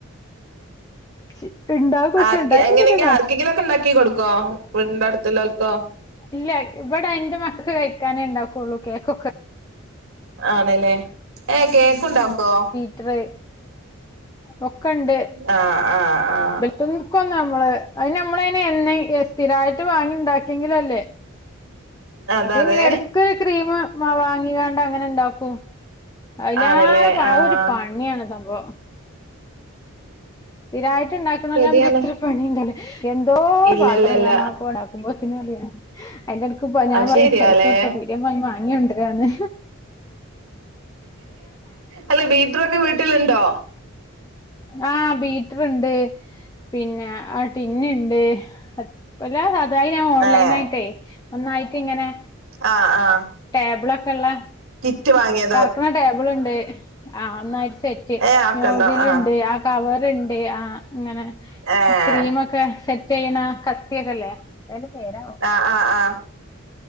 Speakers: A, on the left (about 15°); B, on the right (about 80°).
A: <inaudible> പക്ഷെ
B: ആർക്ക്
A: ഇണ്ടാക്കിയതില്
B: എങ്ങനെങ്കി, ആർക്കെങ്കിലെക്കെ ഇണ്ടാക്കി കൊടുക്കോ? വീടിന്റെ അടുത്ത് ഇല്ലോല്ക്കോ?
A: ഇല്ലൃ, ഇബടെ ഇന്റെ മക്കക്ക് കഴിക്കാനെ, ഇണ്ടാക്കൊള്ളൂ. കേക്ക് ഒക്കെ
B: ആണ്ലെ, ഏഹേ കേക്കും ഇണ്ടാക്കോ?
A: <unintelligible> ഒക്കെണ്ട്
B: ആഹ് ആഹ് ആഹ്
A: ഇബൽ <unintelligible> അയിന് നമ്മളയിന് എന്നെ സ്ഥിരായിട്ട് വാങ്ങി ഇണ്ടാക്കിയെങ്കില് അല്ലേ
B: അതെ
A: ഇത്
B: അതെ
A: ഇങ്ങനെ എടക്കൊര് ക്രീമ് ആഹ് വാങ്ങിങ്ങാണ്ട് അങ്ങനെ ഇണ്ടാക്കും. അയിലേറെ
B: ആണ്ല്ലേ
A: പണി,
B: ആഹ്
A: അതൊരു പണിയാണ് സംഭവം. സ്ഥിരായിട്ട് ഇണ്ടാക്ക്ണോലാവുമ്പം
B: ശരിയാണ്
A: അത്ര പണിയിണ്ടാവൂല. എന്തോ,
B: ഇല്ലല്ലല്ല
A: പാത്രം കഴ്കാന അതൊക്കെ പാടെ ആക്കുമ്പോത്തിന് അറിയൊ അയിലെട്ക്ക് പ
B: അത്
A: ഞാൻ പറിയും
B: ശരിയാല്ലേ
A: പേയി പൈസ കൊടുത്ത പീടിയെ പോയി വാങ്ങി കൊണ്ടരാന്ന്.
B: അല്ല ബീറ്റർ ഒക്കെ വീട്ടിലുണ്ടോ?
A: ആഹ്, ബീറ്ററ്ണ്ട് പിന്നെ ആ ടിന്ന്ണ്ട്. എല്ലാ സാധനും അത് ഞാൻ ഓൺലൈനായിട്ടേ,
B: ഏഹ്
A: ഒന്നായിട്ടിങ്ങനെ.
B: ആഹ് ആഹ്.
A: ടേബ്ള് ഒക്കള്ളെ.
B: കിറ്റ് വാങ്ങിയ
A: കറക്ക്ണ ടേബിള്ണ്ട്. ആഹ് ഒന്നായിറ്റ് സെറ്റ്.
B: ഏഹ് ആക്കണ്ടോ
A: നോസില്ണ്ട്
B: ആഹ്
A: ആ കവറ്ണ്ട് ആഹ് ഇങ്ങനെ,
B: ഏഹ്
A: ക്രീമൊക്കെ സെറ്റ് ചെയ്യ്ണ ആ കത്തിയെക്കെ ഇല്ലേ? എത്താ അയിൻ്റെ പേരാവോ
B: ആഹ് ആഹ് ആഹ്